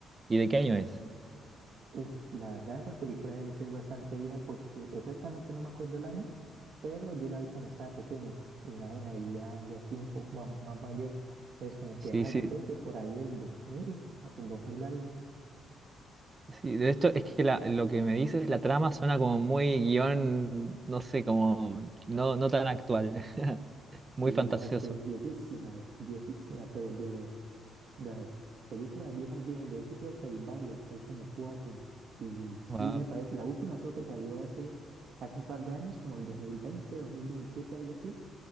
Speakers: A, on the right; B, on the right.
A: y de qué año es?
B: Uf, la verdad esa película debe ser bastante vieja porque exactamente no me acuerdo el año, pero yo la vi cuando estaba pequeño, imagina, y ya, ya estoy un poco más, más mayor. Entonces como
A: Sí,
B: que ajá,
A: sí,
B: yo creo que por ahí el 2000 o 2000 algo.
A: sí. De esto es que la- lo que me dices, la trama suena como muy guión, no sé, como no, no tan actual, <laughs>
B: Sí,
A: muy fantasioso.
B: no, es que es viejísima, es viejísima, pero de los de las películas viejas, viejas, de hecho creo que hay varias, hay como cuatro. Y sí
A: Wow,
B: me parece, la última creo que salió hace, hace un par de años, como el dos dos mil veinte, dos mil diecisiete, algo así,